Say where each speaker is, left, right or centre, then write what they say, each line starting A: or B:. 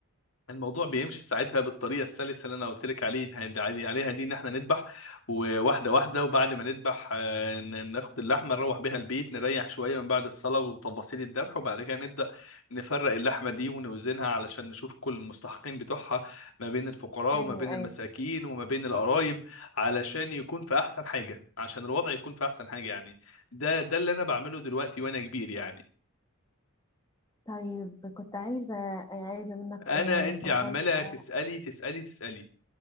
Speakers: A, on the left (about 85°); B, on the left (about 20°).
A: الموضوع بيمشي ساعتها بالطريقه السلسه اللي انا قلت لك عليه عادي- عليها دي ان احنا نذبح وواحده واحده وبعد ما نذبح آه، ن- ناخد اللحمه نروح بيها البيت نريح شويه من بعد الصلاه وتفاصيل الذبح وبعد كده نبدا نفرق اللحمه دي ونوزنها علشان نشوف كل المستحقين بتوعها ما بين الفقراء
B: ايوه
A: وما بين
B: ايوه
A: المساكين وما بين القرايب علشان يكون في احسن حاجه عشان الوضع يكون في احسن حاجه يعني ده ده اللي انا بعمله دلوقتي وانا كبير يعني
B: طيب كنت عايزه عايزه منك
A: انا
B: آه،
A: انت
B: نصايح
A: عماله
B: آه،
A: تسالي تسالي تسالي